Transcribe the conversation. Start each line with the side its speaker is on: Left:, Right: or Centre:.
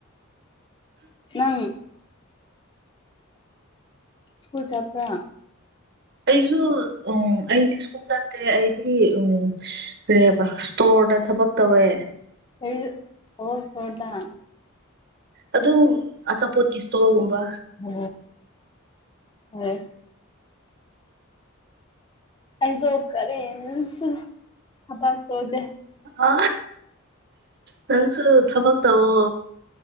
Left: ꯅꯪ ꯁꯀꯨꯜ ꯆꯄ꯭ꯔꯥ
Right: ꯑꯩꯁꯨ ꯑꯩꯗꯤꯦ ꯁꯀꯨꯜ ꯆ ꯑꯦ ꯑꯩꯗꯤ ꯎꯝ ꯀꯕ ꯏꯁꯇꯣꯔꯗ ꯊꯕꯛ ꯇꯧꯋꯦ
Left: ꯀꯔꯤ ꯑꯣ ꯁꯗꯥꯥ
Right: ꯑꯗꯨ ꯑꯆꯥꯄꯣꯠꯀꯤ ꯏꯁꯇꯣꯜꯒꯨꯝꯕ
Left: ꯎꯝ ꯎ ꯑꯩꯗꯣ ꯀꯔꯦꯟꯁꯨꯨꯝ ꯊꯕ ꯇꯧꯗꯦ
Right: ꯑ ꯅꯪꯁꯨ ꯊꯕꯛ ꯇꯋꯣ